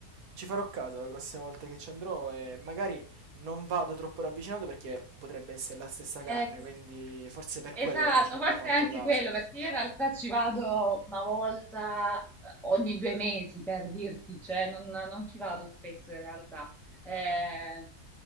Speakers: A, on the right (about 70°); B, in the centre.
A: ci farò caso la prossima volta che ci andrò e magari non vado troppo ravvicinato perché potrebbe essere la stessa carne,
B: Ecco,
A: quindi forse per
B: esatto,
A: quello non ci ho
B: forse
A: mai fatto
B: è anche
A: caso.
B: quello, perché io in realtà ci vado una volta eh, ogni due mesi per dirti, cioè non, non ci vado spesso in realtà. Ehm,